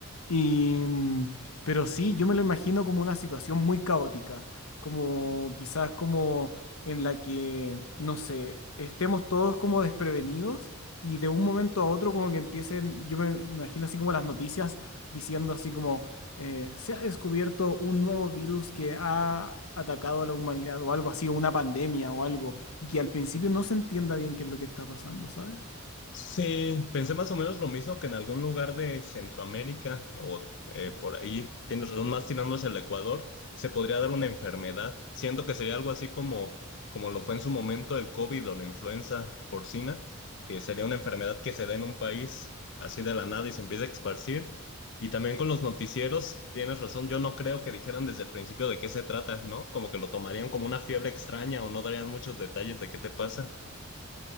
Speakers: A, on the left; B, on the left.
A: Y, mm, pero sí, yo me lo imagino como una situación muy caótica, como quizás como en la que, no sé, estemos todos como desprevenidos y de un momento a otro como que empiecen, yo me imagino así como las noticias diciendo así como eh, se ha descubierto un nuevo virus que ha atacado a la humanidad o algo así, o una pandemia o algo, y que al principio no se entienda bien qué es lo que está pasando, ¿sabes?
B: Sí, pensé más o menos lo mismo que en algún lugar de Centroamérica o eh, por ahí, tienes razón, más tirando hacia el Ecuador, se podría dar una enfermedad. Siento que sería algo así como, como lo fue en su momento el COVID o la influenza porcina, que sería una enfermedad que se da en un país así de la nada y se empieza a esparcir. Y también con los noticieros, tienes razón, yo no creo que dijeran desde el principio de qué se trata, ¿no? Como que lo tomarían como una fiebre extraña o no darían muchos detalles de qué te pasa.